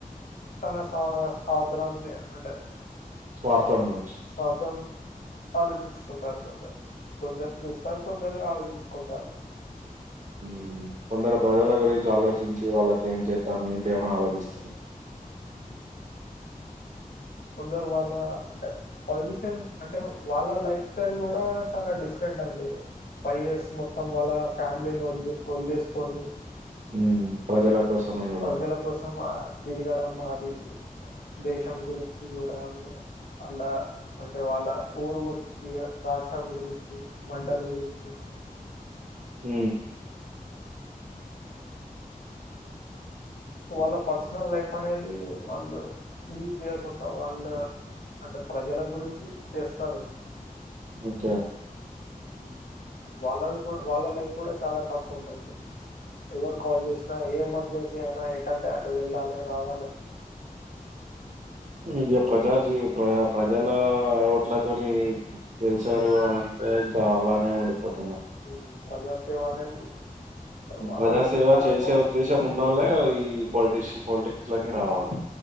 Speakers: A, on the left; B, on the right.
A: తన సా సాద్రంని అంటే
B: స్వార్థం గురించి
A: స్ సార్థం ఆలోచించుకుంటారు కొందరు కొందరు చూస్తారు కొందరు ఆలోచించుకుంటారు
B: హ్మ్ కొందరు ప్రజల గురించి ఆలోచించి వాళ్ళకి ఏం చేద్దాం ఏంటి అని ఆలోచిస్తున్నా
A: కొందరు వాళ్ళ అంటే పాలిటీషియన్ అంటే వాళ్ళ లైఫ్ స్టైల్ కూడా చాలా డిఫరెంట్ అండి ఫైవ్ ఇయర్స్ మొత్తం వాళ్ళ ఫ్యామిలీని వదిలి వదిలేసుకొని
B: హ్మ్ ప్రజల కోసమే చూడాలి
A: ప్రజల కోసం ఆ తిరగడం అది దేశం గురించి కూడా అన్ అలా అంటే వాళ్ళ ఊరు గురించి రాష్ట్రం గురించి మండల్ గురించి
B: ఊ
A: వాళ్ళ పర్సనల్ లైఫ్ అనేది వాళ్ళు లీడ్ చేయకుండా వాళ్ళు అంటే ప్రజల గురించి చేస్తారు.
B: అచ్చా
A: హు వాళ్ళది కూడా వాళ్ళ లైఫ్ కూడా చాలా టఫ్ ఉంటదండి. ఎవరు కాల్ చేసినా ఏ ఎమర్జెన్సీ అయినా ఎటంటే అటు వెళ్ళాలి రావాలి
B: ఇదే ప్రజాజీ ప్రయా ప్రజల ఓట్ల కోని గేల్సారు అంతే చాలా టైం ఉండిపోతాది.
A: ఈ ప్రజా సేవా అనేది వాళ్ళ
B: ప్రజాసేవ
A: లైఫ్ పరంగా
B: చేసే
A: కూడా
B: ఉద్దేశం ఉన్నళ్ళే ఈ పాలిటిస్ పాలిటిక్స్ లోకి రావాలి.